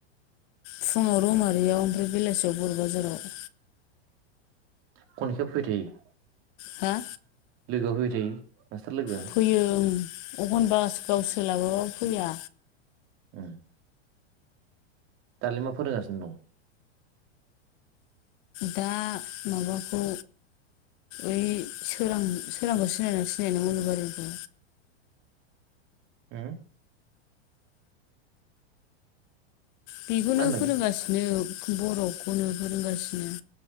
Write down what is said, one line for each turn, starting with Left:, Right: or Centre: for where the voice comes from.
Left: फुङाव रौमारियाव ओमफ्राय बेलासियाव बर' बाजाराव।
Right: खनजिथायाबो फैबाय थायो?
Left: हा?
Right: लोगोआबो फैबाय थायो? मास्टार लोगोआ
Left: फैयो ओं। एखनबा <unintelligible> सोलाबाबा फैया।
Right: उम। दालाय फोरोंगासिनो दं?
Left: दा माबाखौ ओइ सोरां सोरांखौ सिनायनानै सिनायनाय उलुबारिखौ
Right: हम
Left: बेबोनो
Right: मा होनदों
Left: फोरोंगासिनो बर'खौनो फोरोंगासिनो